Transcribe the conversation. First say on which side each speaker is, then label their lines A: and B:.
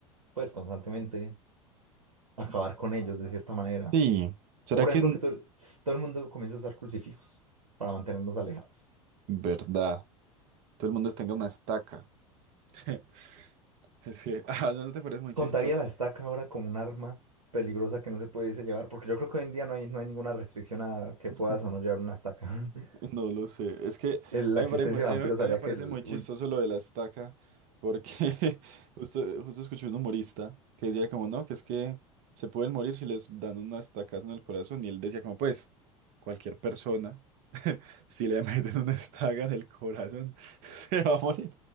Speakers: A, on the right; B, on the right.
A: pues, constantemente acabar con ellos de cierta manera.
B: sí, ¿será
A: O por
B: que
A: ejemplo,
B: en
A: que todo, el- todo el mundo comience a usar crucifijos para mantenernos alejados.
B: verdad todo el mundo tenga una estaca? <laughs> Es que, ah, no, no te parece muy
A: Contaría
B: chistoso.
A: la estaca ahora como un arma peligrosa que no se puede llevar, porque yo creo que hoy en día no hay, no hay ninguna restricción a que
B: <laughs>
A: puedas o no llevar una estaca. <laughs>
B: No lo sé. Es que
A: El-
B: a
A: la
B: mí
A: existencia
B: me parece muy,
A: de
B: a
A: vampiros
B: mí me- a
A: haría
B: mí me parece
A: que el,
B: muy chistoso
A: un-
B: lo de la estaca, porque <laughs> justo, justo escuché un humorista que decía como, no, que es que se pueden morir si les dan una estacazo en el corazón. Y él decía como, pues, cualquier persona, <laughs> si le meten una estaca en el corazón, <laughs> se va a morir.